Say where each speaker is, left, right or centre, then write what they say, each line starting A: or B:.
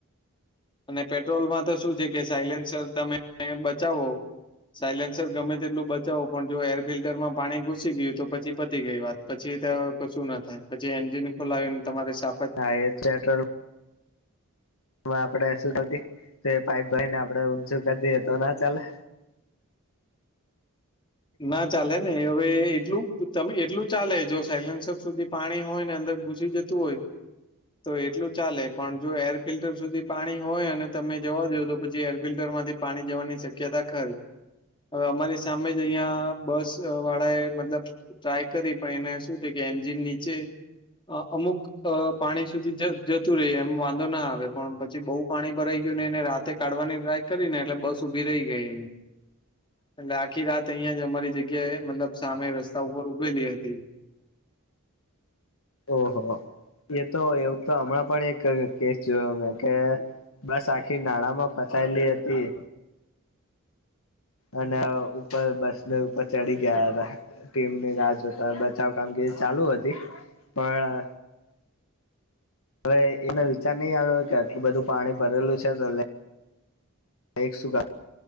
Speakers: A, on the left; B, on the left.
A: અને પેટ્રોલમાં તો શું છે, કે સાયલેન્સર તમે બચાવો સાયલેન્સર ગમે તેટલું બચાવો પણ જો એર ફિલ્ટરમાં પાણી ઘુસી ગયું તો પછી પતી ગઈ વાત પછી તો કશું ના થાય પછી એન્જિન ખોલાવીને તમારે સા
B: હા એ <unintelligible> એમાં આપણે શુંતી તો એ પાઈપ ભાઈ ને આપડે ઊંચું કરી દએ તો ના ચાલે
A: હા. ના ચાલે ને હવે એટલું તમે એટલું ચાલે જો સાયલન્સર સુધી પાણી હોય ને અંદર ઘુસી જ તુ હોય તો એટલું ચાલે પણ જો એર ફિલ્ટર સુધી પાણી હોય અને તમે જવા દો તો પછી એર ફિલ્ટર માંથી પાણી જવાની શક્યતા ખરી હવે અમારી સામે અહિંયા બસ વાળા એ મતલબ ટ્રાય કરી પણ એને શું છે, કે એન્જિન નીચે અ અમુક અ પાણી સુધી જ જતું રહેે એમ વાંધો ના આવે પણ પછી બો પાણી ભરાઈ ગયું ને એને રા તે કાઢવાની ટ્રાય કરી ને એટલે બસ ઉભી રહી ગઈ એટલે આખી રાત અહિયાં જ અમારી જગ્યાએ મતલબ સામે રસ્તા ઉપર ઉભેલી હતી.
B: ઓહો એ તો એવુંતો હમણાં પણ એક કેસ જોયો મેં કે બસ આખી નાણામાં ફસાયેલી હતી. અને ઉપર બસ ને ઉપર ચડી ગયા હતા. ટીમની રાહ જોતા બચાવ કામગીરી ચાલુ હતી પણ હવે એનો વિચાર નહીં આવ્યો કે આટલું બધું પાણી ભરેલું છે, <unintelligible> એક સુ